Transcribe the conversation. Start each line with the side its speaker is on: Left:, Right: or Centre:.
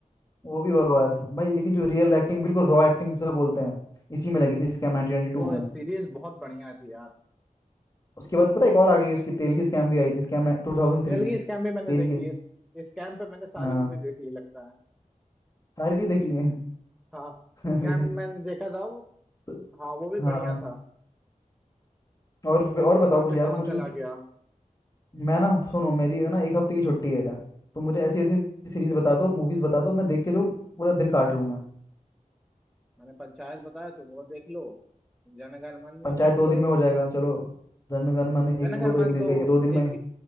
Left: वो भी बकवास है भाई लेकिन जो रियल एक्टिंग बिल्कुल रॉ एक्टिंग जिसे बोलते हैं इसी में लगी थी स्कैम 1992
Centre: वो
Left: में
Centre: सीरीज बहुत बढ़िया थी यार
Left: उसके बाद तो पता है एक और आ गई उसकी तेल की स्कैम भी आई थी स्कैम 2003
Centre: तेलगी स्कैम भी मैंने
Left: तेल
Centre: देखी
Left: की
Centre: है स्कैम पे मैंने सारी
Left: हाँ
Centre: मूवी देख ली लगता है
Left: सारी देख लिए हैं
Centre: हाँ
Left: <laughs>
Centre: स्कैम
Left: अरे
Centre: मैंने देखा था वो
Left: तो,
Centre: हाँ वो भी
Left: हाँ
Centre: बढ़िया था
Left: और
Centre: लाइक
Left: और
Centre: कहाँ
Left: बताओ कुछ
Centre: से
Left: यार
Centre: कहाँ
Left: मुझे
Centre: चला
Left: कुछ-
Centre: गया
Left: मैं ना सुनो मेरी है ना एक हफ्ते की छुट्टी है यार तो मुझे ऐसी ऐसी सीरीज बता दो मूवीज बता दो मैं देख के जो पूरा दिन काट लूँ मैं
Centre: मैंने पंचायत बताया तुम वो देख लो जनगण मन
Left: पंचायत
Centre: देख
Left: दो
Centre: लो
Left: दिन में हो जाएगा चलो जनगण मन एक
Centre: जनगण
Left: वो तो
Centre: मन
Left: एक दिन
Centre: तो
Left: का ही
Centre: वो
Left: है, दो दिन में
Centre: एक